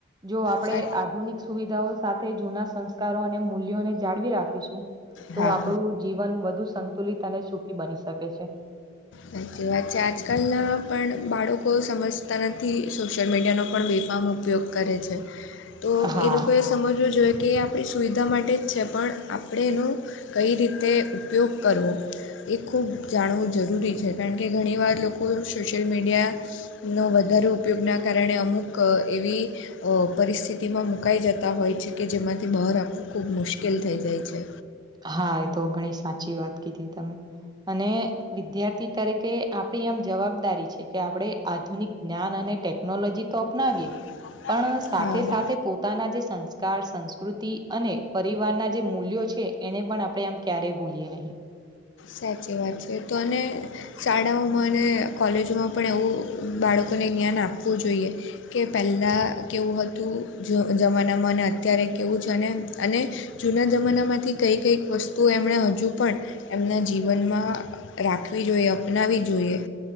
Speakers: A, on the right; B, on the left.
A: જો આપણે
B: સાચ
A: આધુનિક સુવિધાઓ સાથે જૂના સંસ્કારો અને મૂલ્યોને જાળવી રાખીશું, તો
B: હા
A: આપણું જીવન વધુ સંતુલિત અને સુખી બની શકે છે.
B: સાચી વાત છે. આજકાલના પણ બાળકો સમજતા નથી, સોશિયલ મીડિયાનો પણ બેફામ ઉપયોગ કરે છે. તો
A: હા
B: એ લોકોએ સમજવું જોઈએ કે એ આપણી સુવિધા માટે જ છે, પણ આપણે એનું કંઈ રીતે ઉપયોગ કરવો એ ખૂબ જાણવું જરૂરી છે કારણ કે ઘણીવાર લોકો સોશિયલ મીડિયા નો વધારે ઉપયોગના કારણે અમુક એવી અહ પરિસ્થિ તિમાં મુકાઈ જતા હોય છે કે જેમાંથી બહાર આવવું ખૂબ મુશ્કેલ થઈ જાય છે.
A: હા એ તો ઘણી સાચી વાત કીધી તમે. અને વિદ્યાર્થી તરીકે આપણી આમ જવાબદારી છે કે આપણે આધુનિક જ્ઞાન અને ટેકનોલોજી તો અપનાવીએ
B: <inaudible>
A: પણ સાથે-સાથે
B: હા
A: પોતાના જે સંસ્કાર, સંસ્કૃતિ અને પરિવારના જે મૂલ્યો ને પણ આપણે આમ ક્યારેય ભૂલીએ નહીં.
B: સાચી વાત છે. તો અને શાળાઓમાં અને કોલેજોમાં પણ એવું બાળકોને જ્ઞાન આપવું જોઈએ. કે પહેલાં કેવું હતું જ જમાનામાં અને અત્યારે કેવું છે, અને-અને જૂના જમાનામાંથી કંઈ કંઈક વસ્તુઓ એમણે હજુ પણ એમના જીવનમાં રાખવી જોઈએ, અપનાવી જોઈએ.